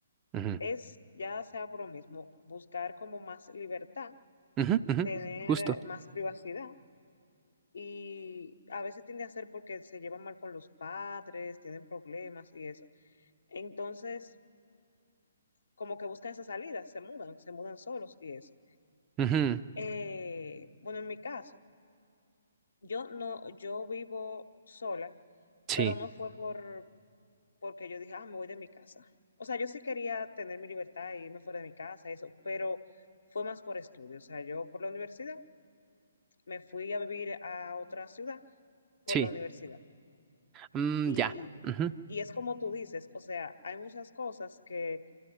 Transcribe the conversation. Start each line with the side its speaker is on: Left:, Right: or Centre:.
Right: Ujú,
Left: es ya sea por lo mismo, buscar como más libertad,
Right: ujú, ujú,
Left: tener
Right: Justo.
Left: eh, más privacidad, y a veces tiende a ser porque se llevan mal con los padres, tienen problemas y eso. Entonces, como que buscan esa salida, se mudan, se mudan solos y eso.
Right: Ujú,
Left: Eh, bueno, en mi caso. Yo no, yo vivo sola,
Right: Sí,
Left: pero no fue por porque yo dije, ah, me voy de mi casa. O sea, yo sí quería tener mi libertad e irme fuera de mi casa, eso, pero fue más por estudio. O sea, yo por la universidad me fui a vivir a otra ciudad por
Right: sí.
Left: la universidad.
Right: Mm,
Left: Y,
Right: ya. Ujú.
Left: y es como tú dices, o sea, hay muchas cosas que